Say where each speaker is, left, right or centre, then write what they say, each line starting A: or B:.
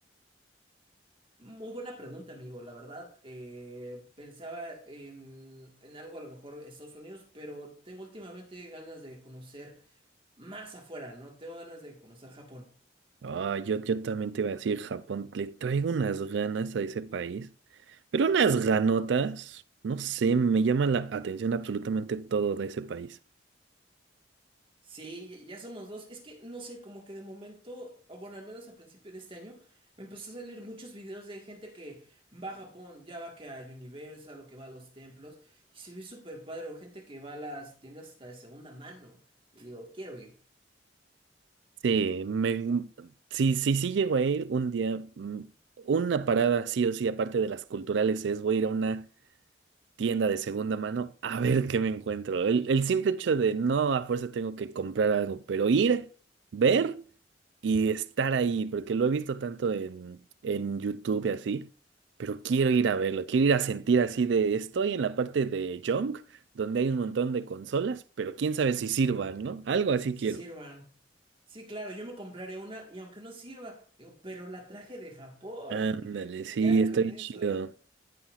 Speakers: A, on the right; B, on the right.
A: Muy buena pregunta, amigo. La verdad, eh, pensaba en, en algo a lo mejor Estados Unidos, pero tengo últimamente ganas de conocer más afuera, ¿no? Tengo ganas de conocer Japón.
B: Ah, yo, yo también te iba a decir Japón, le traigo unas ganas a ese país, pero unas ganotas, no sé, me llama la atención absolutamente todo de ese país.
A: Sí, ya somos dos. Es que no sé, como que de momento, o bueno, al menos a principio de este año, me empezó a salir muchos videos de gente que va a Japón, ya va que a Universal o que va a los templos, y se ve súper padre, o gente que va a las tiendas hasta de segunda mano. Y digo, quiero ir,
B: Sí, me, sí, sí, sí llego a ir un día, mm, una parada sí o sí, aparte de las culturales, es voy a ir a una tienda de segunda mano a ver qué me encuentro. El, el simple hecho de no a fuerza tengo que comprar algo, pero ir, ver y estar ahí, porque lo he visto tanto en, en YouTube y así, pero quiero ir a verlo, quiero ir a sentir así de, estoy en la parte de junk, donde hay un montón de consolas, pero quién sabe si sirvan, ¿no? Algo así
A: si
B: quiero.
A: sirvan. Sí, claro, yo me compraré una, y aunque no sirva, digo, pero la traje de Japón.
B: Ándale,
A: <laughs>
B: sí,
A: Ya
B: está
A: con
B: bien
A: eso.
B: chido.